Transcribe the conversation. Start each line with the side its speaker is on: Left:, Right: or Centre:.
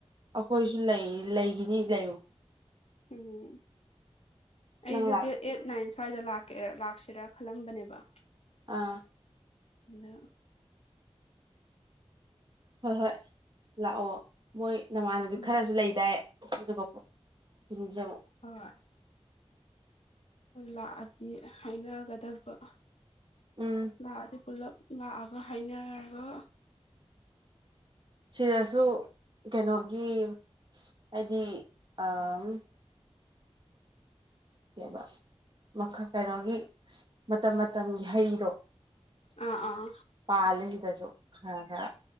Right: ꯑꯈꯣꯏꯁꯨ ꯂꯩꯏ ꯂꯩꯒꯤꯅꯤ ꯗꯦꯠ
Left: ꯎꯝ ꯑꯩꯁꯦ
Right: ꯅꯪ ꯂꯥꯛ
Left: ꯗꯦꯠ ꯑꯦꯠ ꯅꯥꯏꯟ ꯁ꯭ꯋꯥꯏꯗ ꯂꯥꯛꯀꯦꯔ ꯂꯥꯛꯁꯤꯔꯥ ꯈꯜꯂꯝꯕꯅꯦꯕ
Right: ꯑꯥ
Left: ꯅ
Right: ꯍꯣꯏ ꯍꯣꯏ ꯂꯥꯛꯑꯣ ꯃꯣꯏ ꯅꯃꯥꯟꯅꯕꯤ
Left: ꯎꯝ
Right: ꯈꯔꯖꯨ ꯂꯩꯗꯥꯏ <unintelligible> ꯄꯄ <unintelligible>
Left: ꯍꯣꯏ ꯂꯥꯛꯑꯗꯤ ꯍꯩꯅꯒꯗꯕ
Right: ꯎꯝ
Left: ꯂꯥꯛꯑꯗꯤ ꯄꯨꯜꯂꯞ ꯂꯥꯛꯑꯒ ꯍꯥꯏꯅꯔꯒ
Right: ꯁꯤꯗꯁꯨ ꯀꯩꯅꯣꯒꯤ ꯍꯥꯏꯗꯤ ꯑꯥꯝ ꯇꯦꯕ ꯃꯈ ꯀꯩꯅꯣꯒꯤ ꯃꯇꯝ ꯃꯇꯝꯒꯤ ꯍꯩꯗꯣ
Left: ꯑꯥ ꯑꯥ
Right: ꯄꯥꯜꯂꯦ ꯁꯤꯗꯁꯨ ꯈ ꯒ